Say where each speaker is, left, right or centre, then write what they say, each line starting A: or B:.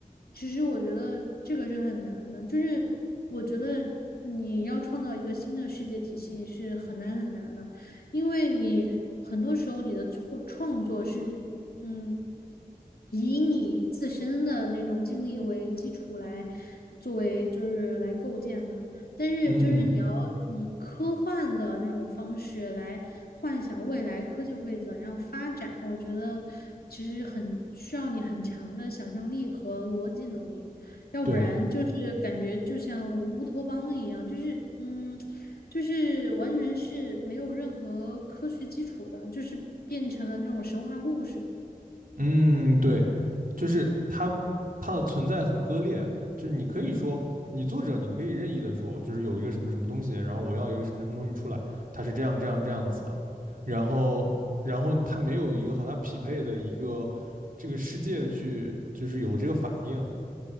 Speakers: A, on the left (about 85°); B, on the right (about 65°).
A: 其实我觉得这个是很难的，就是我觉得你要创造一个新的世界体系是很难很难的，因为你很多时候你的创创作是嗯，以你自身的那种经历为基础来作为就是来构建嘛，但是就是你要以科幻的那种方式来幻想未来科技会怎样发展，
B: 嗯，
A: 我觉得其实很需要你很强的想象力和逻辑能力，要不然就是感觉就像乌托邦一样，
B: 对。
A: 就是嗯，就是完全是没有任何科学基础的，就是变成了那种神话故事。
B: 嗯，对，就是它它的存在很割裂，就是你可以说，你作者你可以任意的说，就是有一个什么什么东西，然后我要一个什么什么东西出来，它是这样这样这样子的，然后然后它没有一个和它匹配的一个这个世界去，就是有这个反应，